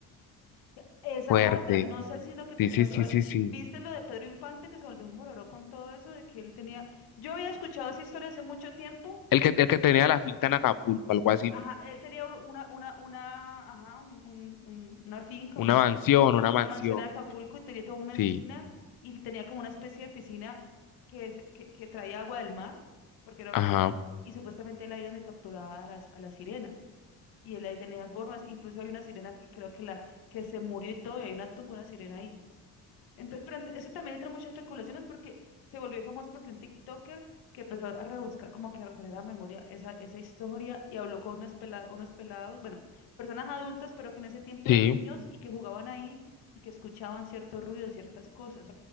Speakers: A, on the left (about 80°); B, on the left (about 60°).
A: que Esa
B: fuerte.
A: es otra, no sé si lo que te
B: Sí,
A: pasó,
B: sí, sí,
A: ay,
B: sí, sí.
A: viste lo de Pedro Infante que se volvió un bororó con todo eso, de que él tenía, yo había escuchado esa historia hace mucho tiempo,
B: El que, el que tenía la finca en Acapulco, algo así,
A: Ajá,
B: ¿no?
A: él tenía un- una, una, una, ajá, un, un- un- una finca,
B: Una
A: un-
B: mansión, una mansión.
A: una mansión en Acapulco y tenía toda una
B: Sí,
A: esquina y tenía como una especie de piscina que, se- que, que traía agua del mar, porque era
B: ajá,
A: así, y supuestamente él ahí donde capturaba a las, a las sirenas. Y él ahí tenía las formas, incluso hay una sirena que creo que la que se murió y todo, y hay una tumba de una sirena ahí. Entonces, pero ent- eso también entra muchas especulaciones porque se volvió famoso porque un TikToker que empezó a rebuscar, como que a retraer a memoria esa, esa historia y habló con unos, pela- unos pelados, bueno, personas adultas, pero que en ese tiempo
B: sí.
A: eran niños y que jugaban ahí y que escuchaban cierto ruido, ciertas cosas.